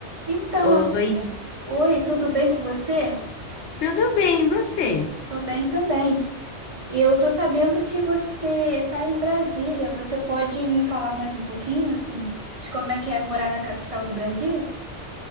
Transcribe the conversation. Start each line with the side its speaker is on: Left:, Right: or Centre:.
Right: Então,
Left: Oi,
Right: oi, tudo bem com você?
Left: tudo bem, e você?
Right: Tô bem também. Eu tô sabendo que você tá em Brasília. Você pode me falar mais um pouquinho, assim, de como é que é morar na capital do Brasil?